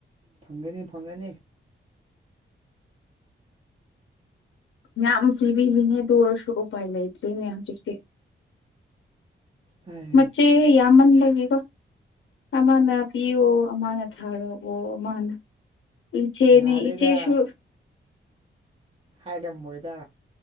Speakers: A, on the right; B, on the left.
A: ꯐꯪꯒꯅꯤ ꯐꯪꯒꯅꯤ
B: ꯌꯥꯝ ꯄꯤꯅꯤꯂꯤꯅꯦ ꯑꯗꯨ ꯑꯣꯏꯔꯁꯨ ꯎꯄꯥꯏ ꯂꯩꯇ꯭ꯔꯤꯅꯦ ꯍꯧꯖꯤꯛꯇꯤ
A: ꯍꯩ
B: ꯃꯆꯦ ꯌꯥꯝꯃꯟ ꯕꯒꯤꯀꯣ ꯑꯃꯅ ꯄꯤꯌꯣ ꯑꯃꯅ ꯊꯥꯔꯛꯑꯣ ꯑꯃꯅ ꯏꯆꯦꯅꯤ
A: ꯌꯥꯔꯦꯗ
B: ꯏꯆꯦꯁꯨ
A: ꯍꯥꯏꯔꯝꯃꯣꯏꯗ